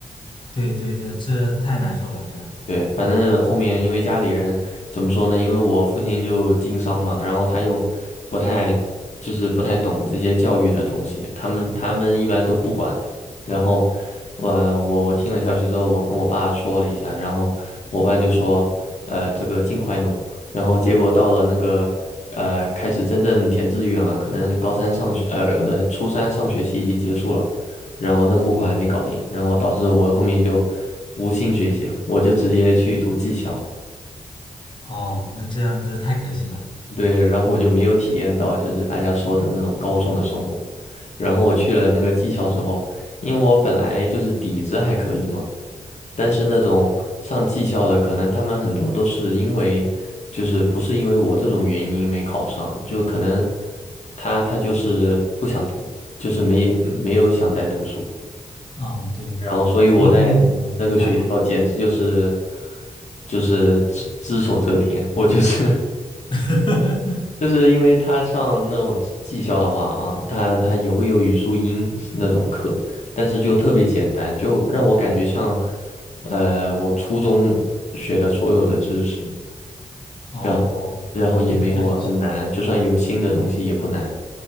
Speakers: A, on the left; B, on the left.
A: 对对对，这太难受了，这。
B: 对，反正后面因为家里人怎么说呢？因为我父亲就经商嘛，然后他又不太就是不太懂这些教育的东西，他们他们一般都不管的。然后我我我听了消息之后，我跟我爸说了一下，然后我爸就说，呃，这个尽快弄。然后结果到了那个呃开始真正填志愿了，可能高三上学呃呃初三上学期已经结束了。然后那个户口还没搞定，然后导致我后面就无心学习了，我就直接去读技校了。
A: 哦，那这样子太可惜了。
B: 对，然后我就没有体验到就是大家说的那种高中的生活。然后我去了那个技校之后，因为我本来就是底子还可以嘛，但是那种上技校的，可能他们很多都是因为，就是不是因为我这种原因没考上，就可能他他就是不想读，就是没没有想再读书，
A: 哦，对，可校风可能不太好，
B: 然后所以我在那个学校简直就是
A: 对吧
B: 就是只只手遮天，我就是 <laughs>
A: <laughs>？
B: 就是因为他上那种技技校的话啊，他他也会有语数英那种课，但是就特别简单，就让我感觉像呃我初中学的所有的知识，
A: 哦，
B: 然后然后也没有很难，
A: 那确实是。
B: 就算有新的东西也不难，